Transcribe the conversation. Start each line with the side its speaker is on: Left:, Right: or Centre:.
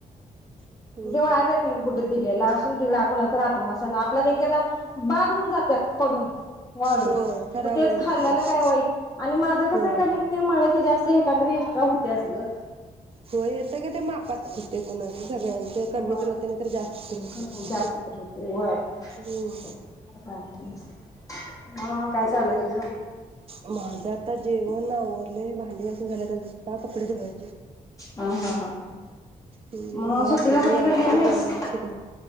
Right: हम्म
Left: जेवा
Right: हम्म
Left: नाही कुठे दिली. गेला स. लाखवूनच राहत मसाला आपल्याला एकदा. बाद होऊन जातात पडून वाळून
Right: होय खराब
Left: मग तेच
Right: होऊन
Left: खाल्ल्याला
Right: जातात
Left: काय वाईट आणि माझं कस
Right: होय
Left: कनिक तीन मळलकी जास्त एखाद्री एक्स्ट्रा होत्याच ग.
Right: होय येतं का ते मापात
Left: अस
Right: होते कोणाचं सगळ्यांचं
Left: व्हय
Right: कमी तर होते नाही तर जास्त तर होते
Left: का हो जास्त तर होते व्हाय.
Right: हम्म
Left: सारथी हा काय चालय तुझ.
Right: माझं आता जेवण आवंर लय भांडी घासून झालेत आता कपडे धुवाय
Left: हा हा हा
Right: हूं
Left: मग
Right: रात्रीच
Left: सुट्टीला कुणीकडे
Right: नॉनव्हेजच
Left: गेली नाहीस
Right: जेवण शिकले